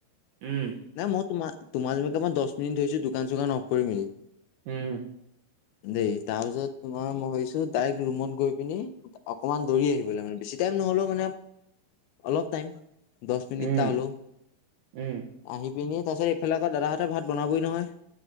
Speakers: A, on the right; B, on the left.
A: উম,
B: নাই মই তোম তোমাৰ যেনেকে মই দছ মিনি ধৰিছো দোকান চোকান অফ কৰি মেলি।
A: উম।
B: দেই। তাৰপিছত তোমাৰ মই ভাবিছো ডাইৰেক্ট ৰুমত গৈ পিনি অকমান দৌৰি আহিবলৈ, মানে বেছি টাইম নহলেও মানে অলপ টাইম। দছ মিনিতটা
A: উম,
B: হলেও।
A: উম,
B: আহি পিনি তাৰ পিছত এইফালে আকৌ দাদাহঁতে ভাত বনাবই নহয়,